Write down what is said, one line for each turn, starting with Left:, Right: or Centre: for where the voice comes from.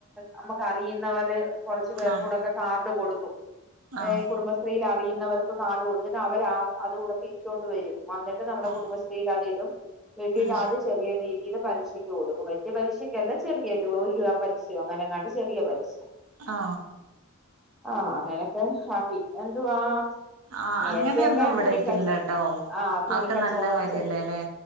Centre: നമ്മുക്ക് അറിയുന്നവര് കുറച്ച് പേർക്കൂടൊക്കെ
Right: ആഹ്
Centre: കാർഡ് കൊടുക്കും
Right: ആഹ്
Centre: ഏഹ് കുടുംബശ്രീയിൽ അറിയുന്നവർക്ക് കാർഡ് കൊടുത്തിട്ട് അവർ അത കൂടെ പിരിച്ചുണ്ട് വരും വന്നിട്ട് നമ്മുടെ
Right: ആഹ്
Centre: കുടുംബശ്രീയിലതിടും കിട്ടിട്ട്
Right: ഉം
Centre: അത് ചെറിയ രീ ഇത് പലിശക്ക് കൊടുക്കും വ പലിശക്ക്ക്കല്ല ചെറിയ ഒ രു രൂപ പലിശയോ അങ്ങനെങ്ങാണ്ട് ചെറിയ പലിശ
Right: ആ
Centre: ആ അങ്ങനെക്കെ ഹാപ്പി എന്തുവാ
Right: ആഹ്
Centre: നേരത്തെൊക്കെ
Right: അങ്ങനെയൊന്നും ഇവിടേക്കില്ലട്ടോ
Centre: തുണിക്കച്ചോ ആ തുണിക്കച്ചോടവും
Right: അതൊക്കെ നല്ല കാര്യല്ലേല്ലേ
Centre: ചെറി